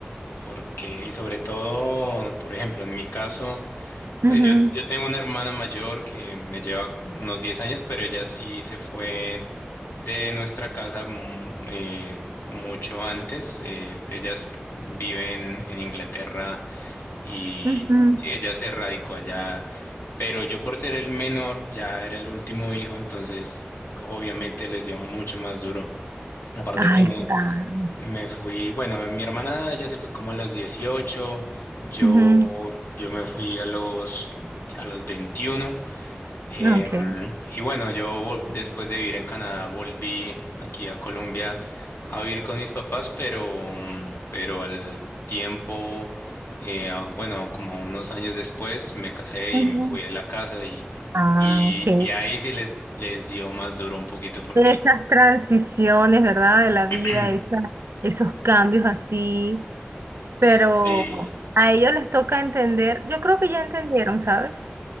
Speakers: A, on the left (about 70°); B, on the right (about 80°).
A: Porque, y sobre todo, por ejemplo, en mi caso.
B: Ujú,
A: Pues yo, yo tengo una hermana mayor que me lleva unos 10 años, pero ella sí se fue de nuestra casa mm, eh, mucho antes. Eh, ellas viven en en Inglaterra y
B: ujú.
A: ella se radicó allá, pero yo por ser el menor ya era el último hijo, entonces obviamente les dio mucho más duro. Aparte
B: Ay,
A: que me,
B: claro.
A: me fui, bueno, mi hermana ya se fue como a los dieciocho yo,
B: Ujú,
A: yo me fui a los, a los veintiuno em,
B: Okay.
A: y bueno, yo vol- después de vivir en Canadá volví aquí a Colombia a vivir con mis papás, pero, mm, pero al tiempo, eh, a- bueno, como unos años después me casé
B: ujú.
A: y me fui a la casa y,
B: Ah,
A: y,
B: ok.
A: y ahí sí les, les dio más duro un poquito porque
B: Esas transiciones, ¿verdad? De la vida,
A: <clears throat>
B: esa- esos cambios así, pero
A: sí.
B: a ellos les toca entender, yo creo que ya entendieron, ¿sabes?